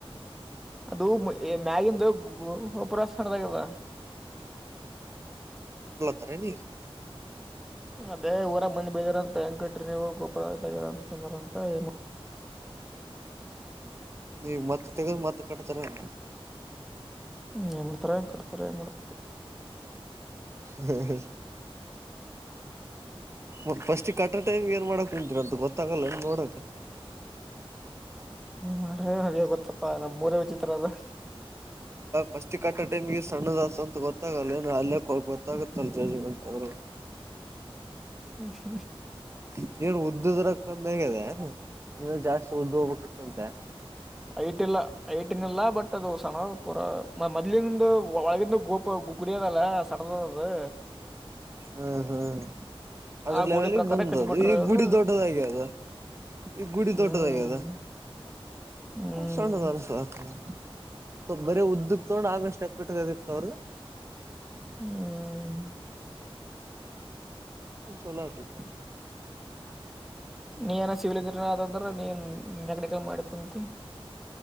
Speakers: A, in the centre; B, on the right.
A: ಅದು ಏ ಮ್ಯಗಿಂದ ಒಪರ ಸದಾಗದ
B: ಸರ ನೀ
A: ಅದೇ ಊರ ಬಂದಿ ಬೈದಾರ ಅಂತ ಹೆಂಟ್ರಿ ಗೋಪಾರ ಅಂತಂತ ಏ
B: ನೀ ಮತ್ತೆ ತೆಗದು ಮತ್ತೆ ಕಟ್ತಾರೆ
A: ಹ್ಮ್ ಎ ಮಾಡಡ್ತಾರೆ ಕಟ್ತಾರೆ ಮಾಡಡಪಡ
B: ಹ್ಮ್ ಹ್ಮ್ ಮಫಸ್ಟ್ ಈ ಕಟ್ಟ ಟೈಮ್ಗೆ ಏನ್ ಮಾಡಕ್ ಕುಂತೀರ ಅಂತ ಗೊತ್ತಾಗಲ್ಲ ನೋಡಕ್
A: ಮಾಡ್ರೆ ಅರಿ ಗೊತ್ತಪ್ಪಾ ನಮ್ ಮೂರೇ ವಿಚಿತ್ರ ಅದು
B: ಫಟ್ ಕಟ್ಟ ಟೈಮಿಗೆ ಸಣ್ಣದ ಗೊತ್ತಾಗಲ್ಲ ಏನ ಅಲ್ಲೇ ಗೊತ್ತಾಗುತ್ತಲ್ಲ ಜಜ್ಮೆಂಟ್ ಆದ್ರೂ
A: ಹ್ಮ್
B: ನೀಏನ್ ಉದ್ದುದ್ರ ಕಮ್ಮಿ ಆಗಿದೆ ನೀನು ಜಾಸ್ತಿ ಉದ್ದು ಹೋಗ್ಬೇಕಿತ್ತಂತೆ
A: ಐಟ ಇಲ್ಲ ಐಟನ್ ಇಲ್ಲ ಬಟ್ ಅದು ಸಣ ಪೂರ ಮೊದ್ಲಿಂದ ಒಳಗಂದು ಗೋಪ ಹ ಕುಡಿಯದಲ್ಲ ಸಡದ ಅದು
B: ಹಾ ಹಾ ಅದ್ರ
A: ಆ
B: ಲೆವೆಲ್ಗೆ
A: ಗುಡಿ ಪ್ರಕಾರ
B: ಬಂದ್ದು
A: ಕಟ್ಬಿಟ್ರ
B: ಈಗ
A: ಅವ್ರು
B: ಗುಡಿ ದೊಡ್ಡದಾಗಿ ಅದ ಈಗ ಗುಡಿ
A: ಹ್ಮ್
B: ದೊಡ್ಡದಾಗ ಅದ
A: ಹ್ಮ್
B: ಸಣ್ಣದ ಅನ್ಸತ ಬರ ಉದ್ದಗ್ ತಗೊಂಡ ಆಮಷ್ಟೆಪ್ ಇಟ್ಕತಿತ್ತವ್ರಿ
A: ಹ್ಮ
B: ಚಲೋ ಆತಿತ
A: ನೀ ಏನ ಸಿವಿಲ್ ಇಂಜಿನಿಯರ್ ಆದದ್ರ ನೀನ್ ಮೆಕಾನಿಕಲ್ ಮಾಡಿ ಕುಂತ <unintelligible>